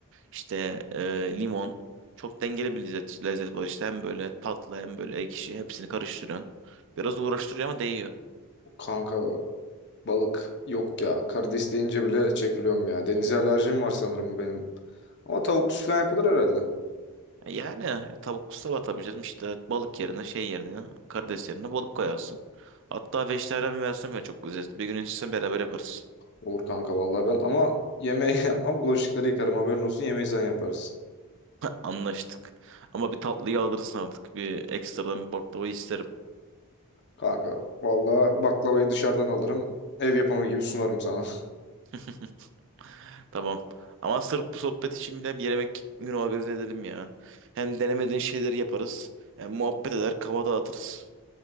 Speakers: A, on the right; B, on the left.
A: işte e, limon. Çok dengeli bir lezzet, lezzet var işte. Hem böyle tatlı hem böyle ekşi. Hepsini karıştırıyorsun. Biraz uğraştırıyor ama değiyor.
B: Kanka balık yok ya. Karides deyince bile çekiliyorum ya. Denize alerjim var sanırım benim. Ama tavuklu falan yapılır herhalde.
A: Yani tavuk sabah tabii canım işte balık yerine şey yerine karides yerine balık koyarsın. Hatta vejetaryen versiyon ya çok lezzetli. Bir gün sizinle beraber yaparız.
B: Olur kanka vallahi ben ama yemeği <laughs> yapmam bulaşıkları yıkarım haberin olsun yemeği sen yaparsın.
A: Anlaştık. Ama bir tatlıyı alırsın artık. Bir ekstradan bir baklava isterim.
B: Kanka vallahi baklavayı dışarıdan alırım ev yapımı gibi sunarım sana.
A: <laughs> Tamam. Ama sırf bu sohbet için bile bir yemek günü organize edelim ya. Hem denemediğin şeyleri yaparız. Hem muhabbet eder, kafa dağıtırız.